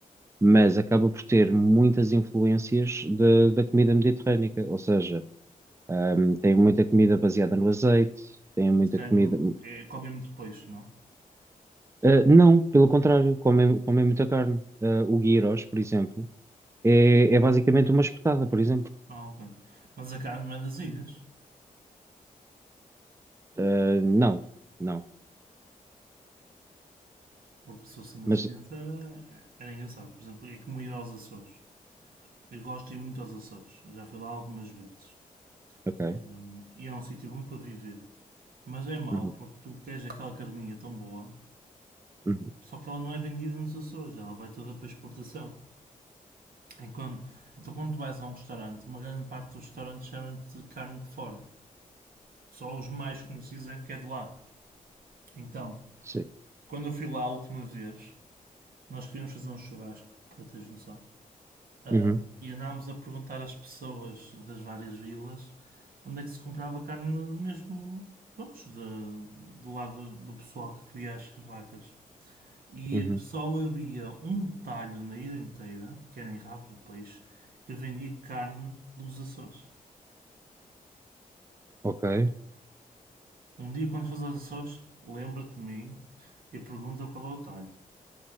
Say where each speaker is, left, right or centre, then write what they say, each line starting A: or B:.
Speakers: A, on the right; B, on the right.
A: Mas acaba por ter muitas influências da da comida mediterrânica. Ou seja, ahm, tem muita comida baseada no azeite, tem muita
B: De carne,
A: comida.
B: é, comem muito peixe, não?
A: Ah, não, pelo contrário, comem, comem muita carne. Ah, o gyros, por exemplo, é, é basicamente uma espetada, por exemplo.
B: Ah, ok. Mas a carne não é das ilhas.
A: Ah, não, não.
B: Porque se fossem das
A: Mas,
B: ilhas era, era engraçado. Por exemplo, é como ir aos Açores. Eu gosto de ir muito aos Açores, já fui lá algumas vezes.
A: ok.
B: Hum, e é um sítio bom para viver. Mas é mau,
A: Uhum,
B: porque tu queres aquela carninha tão boa,
A: uhum,
B: só que ela não é vendida nos Açores, ela vai toda para exportação. E quando- então quando tu vais a um restaurante, uma grande parte dos restaurantes chamam-te de carne de fora. Só os mais conhecidos é que é de lá. Então,
A: sim.
B: quando eu fui lá a última vez, nós queríamos fazer um churrasco, para teres noção. Ah,
A: Uhum,
B: e andámos a perguntar às pessoas das várias vilas onde é que se comprava carne mesmo, pronto, do lado do pessoal que cria as vacas. E
A: uhum,
B: só havia um talho na ilha inteira, que era em Rabo do Peixe, que vendia carne dos Açores.
A: ok.
B: Um dia, quando fores aos Açores, lembra-te de mim e pergunta qual é o talho.